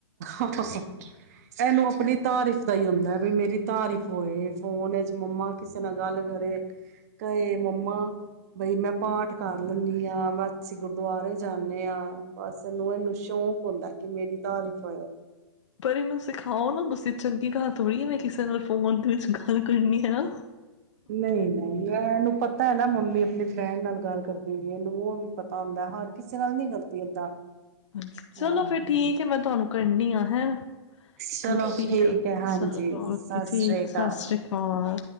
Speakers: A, on the right (about 35°); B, on the left (about 85°).
A: ਹਾ ਹਾ ਇਹਨੂੰ ਆਪਣੀ ਤਾਰੀਫ਼ ਦਾ ਹੀ ਹੁੰਦਾ ਬਈ ਮੇਰੀ ਤਾਰੀਫ਼ ਹੋਏ ਫੋਨ ਚ ਮੰਮਾ ਕਿਸੇ ਕਿਸੇ ਨਾਲ ਗੱਲ ਕਰੇ ਕਹੇ ਮੰਮਾ ਬਈ ਮੈਂ ਪਾਠ ਕਰ <unintelligible> ਅਸੀਂ ਗੁਰਦੁਆਰੇ ਜਾਂਦੇ ਹਾਂ ਬਸਨੂੰ ਇਹਨੂੰ ਸ਼ੌਕ ਹੁੰਦਾ ਕਿ ਮੇਰੀ ਧਾਰੀ <unintelligible>
B: ਪਰ ਇਹਨੂੰ ਸਿਖਾਓ ਨਾ ਤੁਸੀਂ ਚੰਗੀ ਗੱਲਰ ਥੋੜ੍ਹੀ ਆ ਮੈਂ ਕਿਸੇ ਨਾਲ ਫੋਨ ਵਿੱਚ ਗੱਲ ਕਰਨੀ ਹੈ ਨਾ
A: ਨਹੀਂ ਨਹੀਂ ਇਹਨੂੰ ਪਤਾ ਪਤਾ ਹੈ ਨਾ ਮੰਮੀ ਆਪਣੀ ਫਰੈਂਡ ਨਾਲ ਗੱਲ ਕਰਦੀ ਵੀ ਇਹਨੂੰ ਉਹ ਪਤਾ ਹੁੰਦਾ ਹਰ ਕਿਸੇ ਨਾਲ ਨੀ ਕਰਦੀ ਏਦਾਂ
B: ਅੱ ਚਲੋ
A: ਹਾਂ
B: ਫਿਰ ਠੀਕ ਹੈ ਮੈਂ ਤੁਹਾਨੂੰ ਕਰਨੀ ਆ ਹੈਂ
A: ਚਲੋ
B: ਮੈਂ ਫਰੀ
A: ਠੀਕ
B: ਓਕੇ
A: ਹੈ ਹਾਂਜੀ
B: ਚਲੋ
A: ਸਿ
B: ਓਕੇ ਠੀਕ
A: ਸ੍ਰੀ ਅਕਾਲ
B: ਸਤਿ ਸ਼੍ਰੀ ਅਕਾਲ